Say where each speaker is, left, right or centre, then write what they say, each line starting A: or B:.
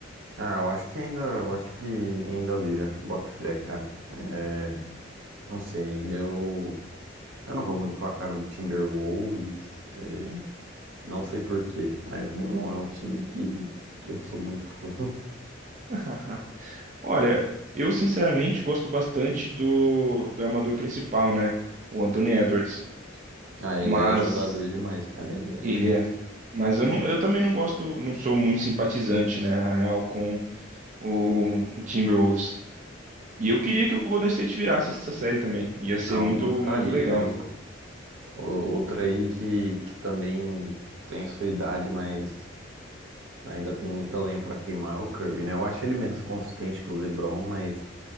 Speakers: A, on the right (about 75°); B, on the right (about 40°).
A: Ah, eu acho que ainda, eu acho que ainda vira. Bota fé, cara. É... Não sei, eu... Eu não vou muito com a cara do Timberwolves. É, Não sei por quê, mas não é um time que, que eu sou muito fã. <laughs>
B: <laughs> Olha, eu sinceramente gosto bastante do, do armador principal, né? O Anthony Edwards.
A: Ah, ele
B: Mas
A: é jogador demais, cara. Ele é...
B: ele é. Mas eu, não, eu também não gosto, não sou muito simpatizante, né, na real, com o, o Timberwolves. E eu queria que o Golden State virasse essa série também. Ia ser
A: Não,
B: muito,
A: eu gostaria.
B: muito legal.
A: Eu... o- Outra aí que, que também tem sua idade, mas ainda tem muita lenha pra queimar é o Curry, né? Eu acho ele menos consistente que o LeBron, mas